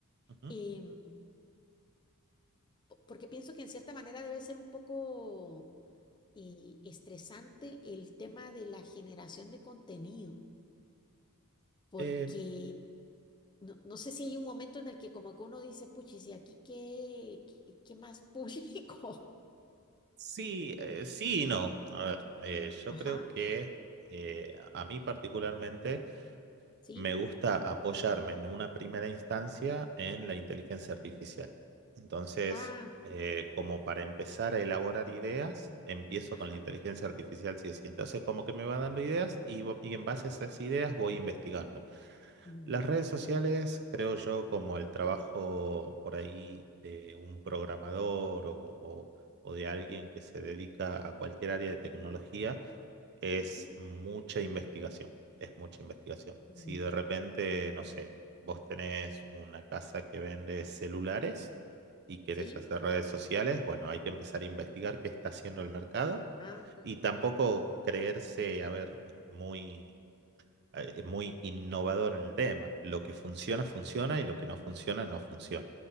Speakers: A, on the right; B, on the left.
A: Ujú.
B: em, po- porque pienso que en cierta manera debe ser un poco eh, estresante el tema de la generación de contenido, porque
A: Eh,
B: no, no sé si hay un momento en el que como que uno dice, puchis, ¿y aquí qué, qué, qué más público?
A: sí, eh, sí y no. A ver, eh, yo
B: <laughs> Ajá,
A: creo que eh, a mí particularmente
B: ¿sí?
A: Me gusta apoyarme en una primera instancia en la inteligencia artificial. Entonces,
B: Ah,
A: eh, como para empezar a elaborar ideas, empiezo
B: ajá.
A: con la inteligencia artificial, sí o sí. Entonces, como que me va dando ideas y, vo- y en base a esas ideas voy investigando.
B: Mm,
A: Las redes sociales, creo yo, como el trabajo por ahí de un programador o o- o de alguien
B: ujú,
A: que se dedica a cualquier área de tecnología es
B: ujú,
A: mucha investigación, es mucha investigación.
B: mm,
A: Si de repente, no sé, vos tenés una casa que vende celulares y querés
B: Sí,
A: hacer redes sociales, bueno, hay que empezar a investigar qué está haciendo el mercado
B: ah.
A: y tampoco creerse, a ver, muy, eh, muy innovador en el tema. Lo que funciona, funciona y lo que no funciona, no funciona.